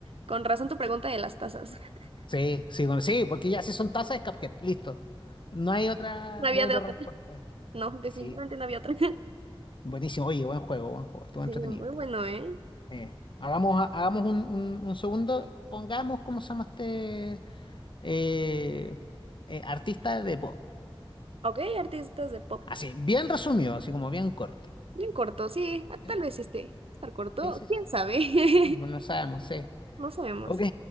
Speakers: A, on the right; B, on the left.
A: con razón tu pregunta de las tazas. <laughs>
B: sí, sí, bueno, sí, porque ya si son tazas es Cuphead, listo. No hay otra,
A: No había
B: no hay
A: de
B: otra
A: otra.
B: respuesta.
A: No, definitivamente
B: Sí,
A: no había otra. <laughs>
B: buenísimo. Oye, buen juego, buen juego. Estuvo
A: Sí,
B: entretenido.
A: muy bueno, ¿eh?
B: Eh, hagamos, hagamos un, un, un segundo. Pongamos, ¿cómo se llama este eh, eh, artista de pop?
A: Ok, artistas de pop.
B: Así, bien resumido, así como bien corto.
A: Bien corto, sí. ah,
B: Sí,
A: Tal vez este. Va a estar corto,
B: sí, sí.
A: quién
B: sí.
A: sabe.
B: No
A: <laughs>
B: sabemos, sí.
A: No sabemos.
B: Ok,